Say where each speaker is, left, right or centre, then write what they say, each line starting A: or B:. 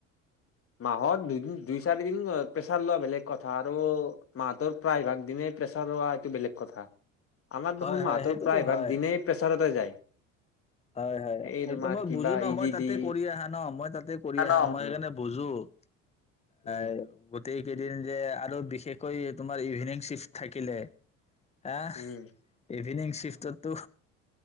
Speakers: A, on the left; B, on the left.
A: মাহত দুদিন দুই চাৰি দিন প্ৰেছাৰ লোৱা বেলেগ কথা আৰু মাহ তৰ প্ৰায়ভাগ দিনে প্ৰেছ ৰোৱা এইটো বেলেগ কথা আমাৰ
B: হয়
A: দেখোন
B: হয়
A: মাহতৰ
B: সেইটোতো
A: প্ৰায়ভাগ
B: হয়
A: দিনেই প্ৰেছাৰতে যায়
B: হয় হয়
A: এই
B: এইটো
A: তোমাৰ
B: মই
A: কিবা
B: বুজো ন
A: ই
B: মই
A: ডি
B: তাতে
A: ডি
B: কৰি আহা ন মই তা কৰি
A: উম
B: আহা মই সেইকাৰণে বুজো হয়
A: উম
B: এ গোটেই কেইদিন যে আৰু বিশ বিশেষকৈ তোমাৰ ইভিনিং শ্বিফ্ট থাকিলে হা
A: উম
B: ইভিনিং শিফ্টততো